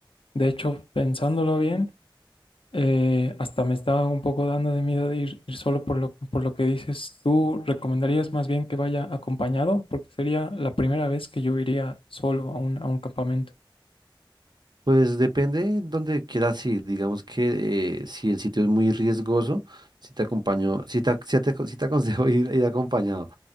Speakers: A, on the left; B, on the right.
A: De hecho, pensándolo bien, eh, hasta me está un poco dando de miedo de ir, ir solo por lo, por lo que dices. ¿Tú recomendarías más bien que vaya acompañado? Porque sería la primera vez que yo iría solo a un, a un campamento.
B: Pues depende donde quieras ir. Digamos que eh, si el sitio es muy riesgoso, si te acompaño, si te, si te, si te aconsejo <laughs> ir, ir acompañado.